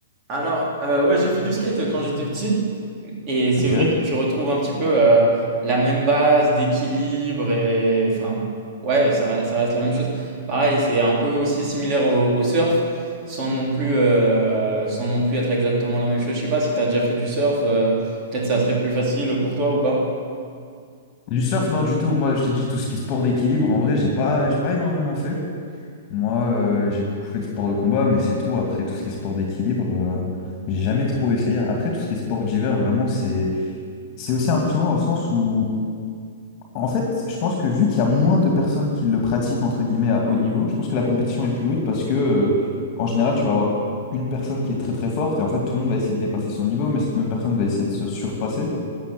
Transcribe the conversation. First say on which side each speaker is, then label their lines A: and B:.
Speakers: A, on the right (about 35°); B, on the left (about 35°).
A: Alors, euh, ouais, j'ai fait du skate quand j'étais petit. Et c'est
B: Ok.
A: vrai que tu retrouves un petit peu euh, la même base d'équilibre et enfin, ouais, ça, re- ça reste la même chose. Pareil, c'est un peu aussi similaire au, au surf, sans non plus, euh, sans non plus être exactement la même chose. Je sais pas si tu as déjà fait du surf, euh, peut-être ça serait plus facile pour toi ou pas.
B: Du surf, non, du tout. Moi, je t'ai dit tout ce qui est sport d'équilibre, en vrai, j'ai pas, j'ai pas énormément fait. Moi, euh, j'ai beaucoup fait de sport de combat, mais c'est tout. Après, tout ce qui est sport d'équilibre, euh, j'ai jamais trop essayé. Après, tout ce qui est sport d'hiver, vraiment, c'est c'est aussi impressionnant dans le sens où, en fait, je pense que vu qu'il y a moins de personnes qui le pratiquent, entre guillemets, à haut niveau, je pense que la compétition est plus rude parce que, euh, en général, tu vas avoir une personne qui est très très forte et en fait, tout le monde va essayer de dépasser son niveau, mais cette même personne va essayer de se surpasser.